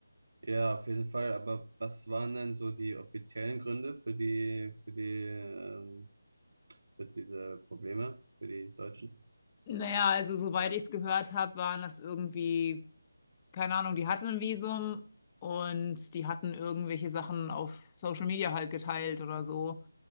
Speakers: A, on the right; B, on the left.
A: ja, auf jeden Fall. Aber was waren denn so die offiziellen Gründe für die, für die, ähm, für diese Probleme für die Deutschen?
B: Naja, also soweit ich es gehört habe, waren das irgendwie, keine Ahnung, die hatten ein Visum und die hatten irgendwelche Sachen auf Social Media halt geteilt oder so.